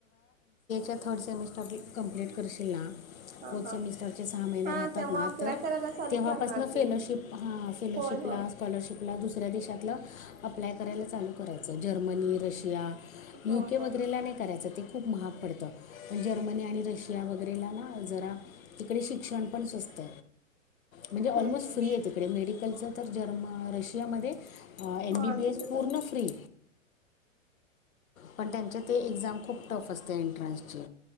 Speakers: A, on the left; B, on the right.
A: हे थर्ड सेमिस्टर कम्प्लीट करशील ना?
B: हा
A: फोर्थ
B: हा
A: सेमिस्टरचे सहा महिने
B: हा
A: राहतात
B: तेव्हा
A: ना
B: अप्लाय
A: तर.
B: करायला चालू
A: तेव्हापासून
B: करणार की
A: फेलोशिप हा. फेलोशिपला,
B: होय होय
A: स्कॉलरशिपला, दुसऱ्या देशातला. अप्लाय करायला चालू करायच. जर्मनी, रशिया, युके
B: होय
A: वगैरेला
B: होय
A: नाही करायचं ते. खूप महाग पडतं. पण जर्मनी, आणि रशिया. वगैरेला ना जरा तिकडे शिक्षण पण स्वस्त. म्हणजे ऑलमोस्ट
B: हम्म हम्म
A: फ्री आहे. तिकडे मेडिकलचं तर जर्मन रशियामध्ये. एम
B: हा
A: बी बी एस
B: तिकड.
A: पूर्ण फ्री. पण त्यांच्या ते एक्झाम खूप टफ असते एंट्रन्सची.